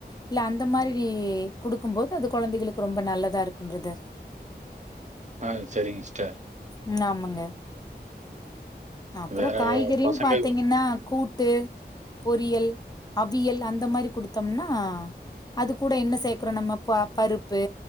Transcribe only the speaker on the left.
இல்ல அந்த மாரி குடுக்கும் போது அது கொழந்தைகளுக்கு ரொம்ப நல்லதா இருக்கும் பிரதர்
ம் ஆமங்க அப்றோ
காய்கறின்னு
பாத்தீங்கன்னா கூட்டு பொரியல் அவியல் அந்த மாரி குடுத்தோம்னா அது கூட என்ன சேக்குறோ நம்ம பா பருப்பு